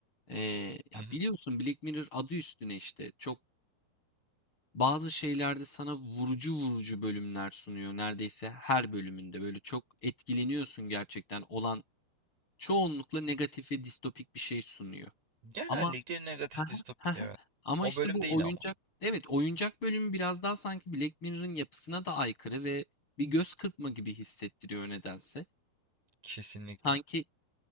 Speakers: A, on the left; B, on the right.
A: eee,
B: Hı
A: ya
B: hı.
A: biliyorsun Black Mirror adı üstüne işte çok bazı şeylerde sana vurucu vurucu bölümler sunuyor neredeyse her bölümünde böyle çok etkileniyorsun gerçekten olan çoğunlukla negatif ve distopik bir şey sunuyor.
B: Genellikle
A: Ama
B: negatif
A: <laughs>
B: distopik evet.
A: ama
B: O
A: işte
B: bölüm
A: bu
B: değil
A: oyuncak
B: ama.
A: evet oyuncak bölümü biraz daha sanki Black Mirror'ın yapısına da aykırı ve bir göz kırpma gibi hissettiriyor nedense.
B: Kesinlikle.
A: Sanki